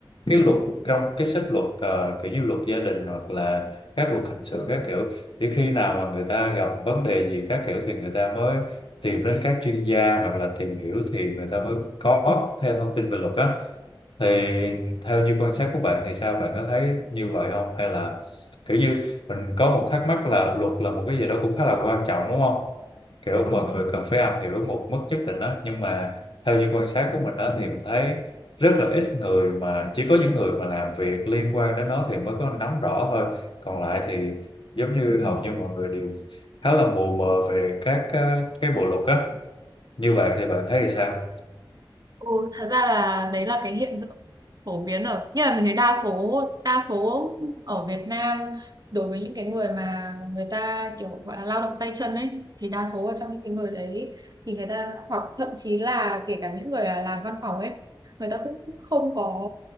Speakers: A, on the left; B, on the right.
A: cái luật trong cái sách luật ờ, kiểu như luật gia đình hoặc là các luật hình sự các kiểu chỉ khi nào mà người ta gặp vấn đề gì các kiểu thì người ta mới tìm đến các chuyên gia hoặc là tìm hiểu thì người ta mới có thêm thông tin về luật á thì theo như quan sát của bạn thì sao bạn có thấy như vậy không hay là kiểu như mình có một thắc mắc là luật là một cái gì đó cũng khá là quan trọng đúng không kiểu mọi người cần phải am hiểu một mức nhất định đó nhưng mà theo như quan sát của mình đó thì mình thấy rất là ít người mà chỉ có những người mà làm việc liên quan đến nó thì mới có nắm rõ thôi còn lại thì giống như hầu như mọi người đều khá là mù mờ về các cái, cái bộ luật á như bạn thì bạn thấy thì sao?
B: Ừ, thật ra là đấy là cái hiện tượng phổ biến ở như là mình thấy đa số đa số ở Việt Nam đối với những cái người mà người ta kiểu gọi là lao động tay chân ấy thì đa số ở trong những cái người đấy thì người ta hoặc thậm chí là kể cả những người là làm văn phòng ấy người ta cũng không có